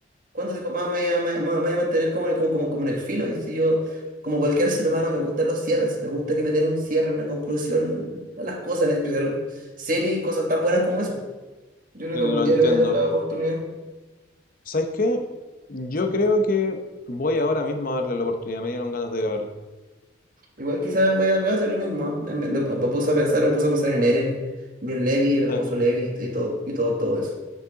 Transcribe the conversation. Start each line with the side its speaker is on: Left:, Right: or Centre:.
Right: ¿Cuánto tiempo más me, voy a me- me voy a mantener como en, como, como- como en el filo? Y si yo, como cualquier ser humano, me gustan los cierres. Me gusta que me den un cierre, una conclusión a las cosas, en especial series y cosas tan buenas como eso. Yo creo
Left: Lo
Right: que algún día
Left: entiendo.
Right: le voy a dar la oportunidad.
Left: ¿Sabes qué? Yo creo que voy ahora mismo a darle la oportunidad. Me dieron ganas de grabarlo.
Right: Igual quizás voy a, voy a hacer lo mismo. ¿ah? Me, me- me puse a pensar, me puse a pensar en Eren, y en Levi, el hermoso
Left: Sí.
Right: Levi y todo, y todo, todo eso.